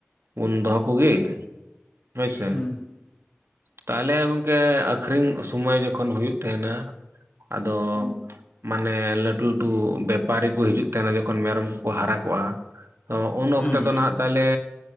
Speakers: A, on the right; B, on the left.
A: ᱩᱱ ᱫᱚᱦᱚ ᱠᱚᱜᱮ ᱦᱳᱭᱥᱮ
B: ᱦᱩᱸ
A: ᱛᱟᱦᱚᱞᱮ ᱜᱚᱝᱠᱮ ᱟᱠᱷᱨᱤᱧ ᱥᱚᱢᱚᱭ ᱡᱚᱠᱷᱚᱱ ᱦᱩᱭᱩᱜ ᱛᱟᱦᱮᱱᱟ ᱟᱫᱚ
B: <inaudible>
A: ᱢᱟᱱᱮ ᱞᱟᱹᱴᱩ ᱞᱟᱹᱴᱩ ᱵᱮᱯᱟᱨᱤ ᱠᱚ ᱦᱤᱡᱩᱜ ᱛᱟᱦᱮᱱᱟ ᱡᱚᱠᱷᱚᱱ ᱢᱮᱨᱚᱢ ᱠᱚᱠᱚ ᱦᱟᱨᱟ ᱠᱚᱜᱼᱟ ᱛᱚ ᱩᱱ
B: ᱦᱩᱸ
A: ᱚᱠᱛᱮ ᱫᱚ ᱱᱟᱜ ᱛᱟᱦᱚᱞᱮ